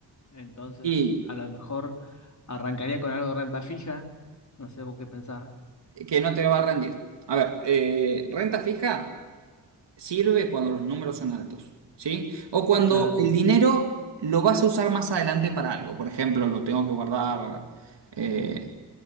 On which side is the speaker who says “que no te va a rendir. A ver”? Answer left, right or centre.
Right